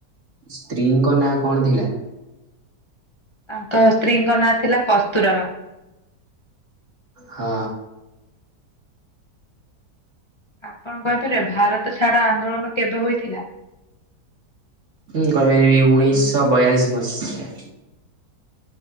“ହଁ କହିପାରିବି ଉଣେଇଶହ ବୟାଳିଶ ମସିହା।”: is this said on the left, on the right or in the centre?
Right